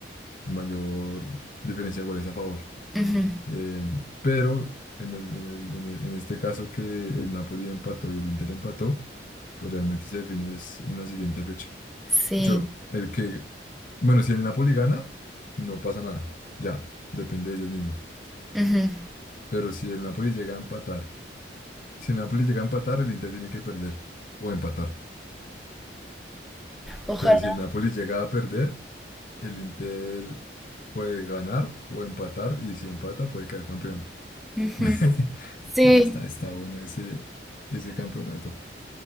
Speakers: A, on the left (about 45°); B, in the centre.
A: el mayor diferencia de goles a favor.
B: ujú.
A: Em, pero en el- en el- en el- en este caso que el Napoli empató y el Inter empató, pues realmente se define es en la siguiente fecha.
B: Sí.
A: Yo, el que, bueno, si el Napoli gana, no pasa nada. Ya, depende de ellos mismos.
B: ujú.
A: Pero si el Napoli llega a empatar, si el Napoli llega a empatar, el Inter tiene que perder o empatar.
B: Ojalá.
A: Pero si el Napoli llega a perder, el Inter puede ganar o empatar y si empata puede quedar campeón.
B: Ujú.
A: <laughs> Entonces
B: Sí.
A: está, está bueno ese, ese campeonato.